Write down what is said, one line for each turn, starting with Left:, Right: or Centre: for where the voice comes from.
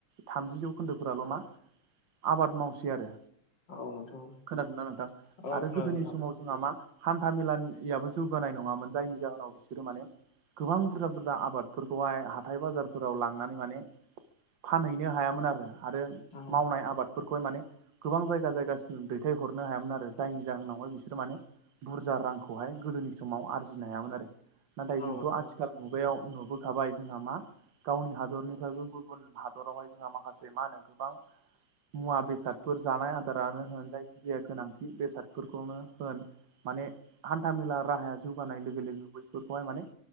Right: थामजि जौखोन्दोफोराल' मा आबाद मावसै आरो।
Left: औ नोंथां
Right: खोनादोंना नोंथां?
Left: औ
Right: आरो
Left: खोनादों
Right: गोदोनि
Left: नोंथां
Right: समाव जोंहा मा हान्था मेलानियाबो जौगानाय नंङामोन जायनि जाहोनाव बिसोरो माने गोबां बुरजा बुरजा आबादफोरखौहाय हाथाय बाजारफोराव लांनानै माने फानहैनो हायामोन आरो आरो
Left: औ
Right: मावनाय आबाद फोरखौहाय माने गोबां जायगा जायगासिम दैथाय हरनो हायामोन आरो जायनि जाहोनावहाय बिसोर माने बुरजा रांखौहाय गोदोनि समाव आरजिनो हायामोन आरो नाथाय जोंथ'
Left: औ नोंथां
Right: आथिखाल मुगायाव नुबोखाबाय जोंहा मा गावनि हादरनिफ्रायबो गुबुन हादरावहाय जोंहा माखासे मा होनो गोबां मुवा बेसादफोर जानाय आदारानो होन जायखिजाया गोनांथि बेसादफोरखौनो होन माने हान्था मेला राहाया जौगानाय लोगो लोगो बैफोरखौहाय माने